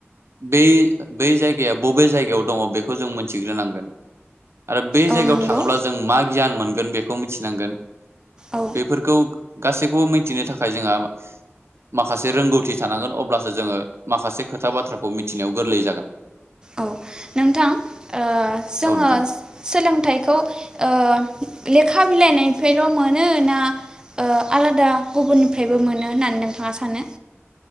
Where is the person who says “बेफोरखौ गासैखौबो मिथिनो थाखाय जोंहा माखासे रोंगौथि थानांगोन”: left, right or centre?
Right